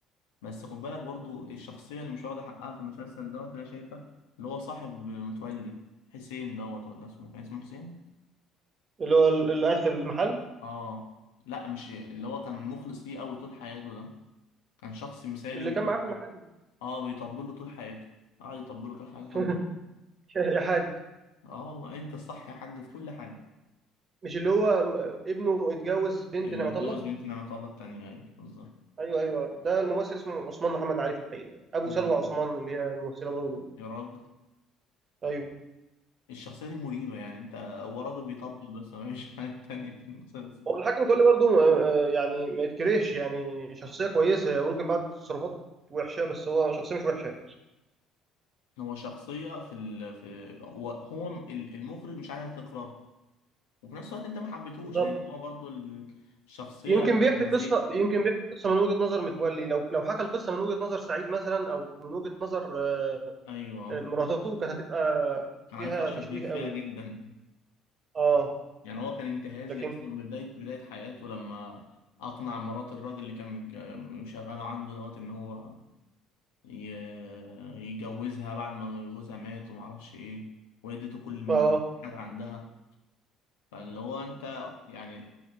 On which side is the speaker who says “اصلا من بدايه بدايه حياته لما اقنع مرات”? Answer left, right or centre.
Left